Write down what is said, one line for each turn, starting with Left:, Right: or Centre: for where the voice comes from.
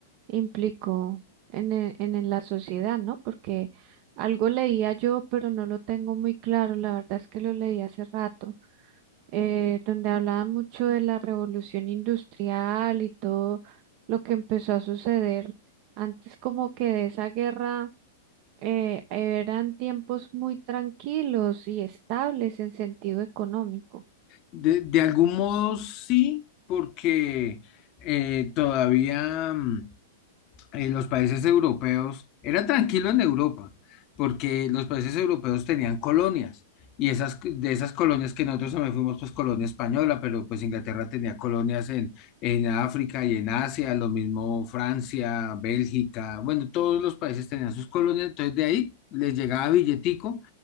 Right: implicó en, e- en, en la sociedad, ¿no? Porque algo leía yo, pero no lo tengo muy claro, la verdad es que lo leí hace rato, eh, donde hablaba mucho de la revolución industrial y todo lo que empezó a suceder antes como que de esa guerra. eh, eran tiempos muy tranquilos y estables en sentido económico.
Left: De, de algún modo sí, porque eh, todavía... mm, eh, los países europeos, era tranquilo en Europa, porque los países europeos tenían colonias, y esas, de esas colonias que nosotros también fuimos, pues colonia española, pero pues Inglaterra tenía colonias en, en África y en Asia, lo mismo Francia, Bélgica, bueno, todos los países tenían sus colonias, entonces de ahí les llegaba billetico.